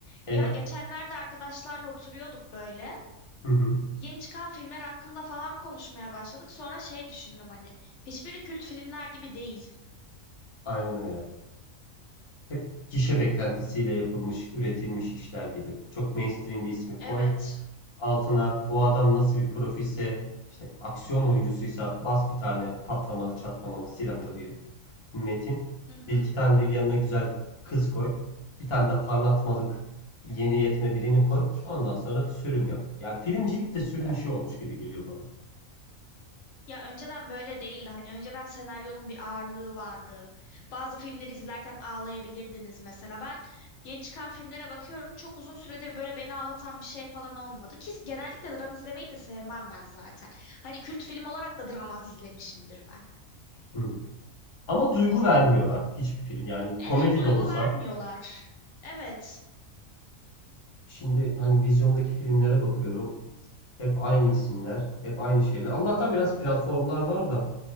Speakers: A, on the left; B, on the left.
A: Ela.
B: Ya geçenlerde arkadaşlarla oturuyorduk böyle.
A: Hı hı.
B: Yeni çıkan filmler hakkında falan konuşmaya başladık. Sonra şey düşündüm hani. Hiçbiri kült filmler gibi değil.
A: Aynen öyle. Hep gişe beklentisiyle yapılmış, üretilmiş işler gibi. Çok mainstream bir ismi koy.
B: Evet.
A: Altına o adam nasıl bir profilse, işte aksiyon oyuncusuysa bas bir tane patlamalı, çatlamalı, silahlı bir metin.
B: Hı hı.
A: Bir iki tane de yanına güzel kız koy. Bir tane de parlatmalık yeni yetme birini koy. Ondan sonra sürüm yap. Yani filmcilik de sürüm işi olmuş gibi geliyor bana.
B: Ya önceden böyle değildi. Hani önceden senaryonun bir ağırlığı vardı. Bazı filmleri izlerken ağlayabilirdiniz mesela. Ben yeni çıkan filmlere bakıyorum. Çok uzun süredir böyle beni ağlatan bir şey falan olmadı. Ki genellikle dram izlemeyi de sevmem ben zaten. Hani kült film olarak da dram az izlemişimdir ben.
A: Hı. Ama duygu vermiyorlar hiçbir film. Yani
B: Evet,
A: komedi
B: duygu
A: de olsa
B: vermiyorlar. Evet.
A: Şimdi hani vizyondaki filmlere bakıyorum. Hep
B: Hı
A: aynı
B: hı.
A: isimler, hep aynı şeyler. Allah'tan biraz platformlar var da